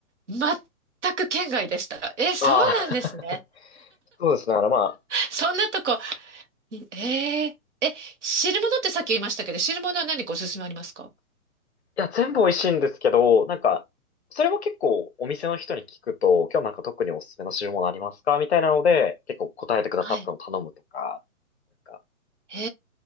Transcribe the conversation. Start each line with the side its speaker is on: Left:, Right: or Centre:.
Right: ー、全く県外でした。え、そうなんですね。
Left: ああ、<laughs> そうですね、あの、まあ、
Right: そんなとこ、ええー、え、汁物ってさっき言いましたけど、汁物は何かおすすめありますか
Left: いや、全部美味しいんですけど、なんか、それも結構お店の人に聞くと、今日なんか特におすすめの汁物ありますかみたいなので、結構答えてくださったのを頼むとか、
Right: はい。
Left: なんか、
Right: へ